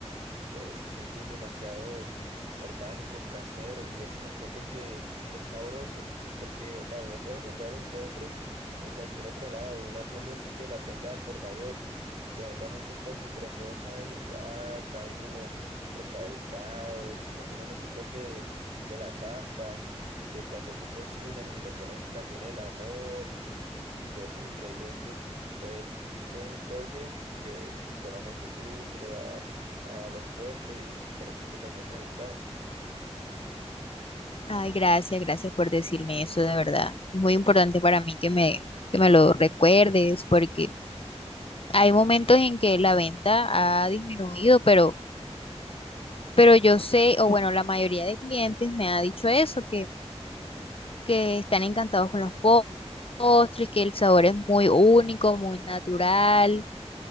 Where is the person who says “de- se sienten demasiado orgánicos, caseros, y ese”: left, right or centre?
Right